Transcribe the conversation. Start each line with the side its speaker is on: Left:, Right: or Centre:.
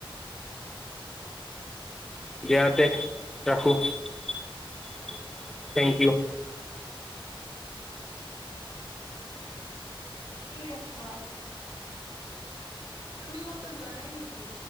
Centre: দিয়া তে ৰাখো থেংক ইউ।
Left: কি ৰাখা? তুমি কতো যোৱা নাই নেকি?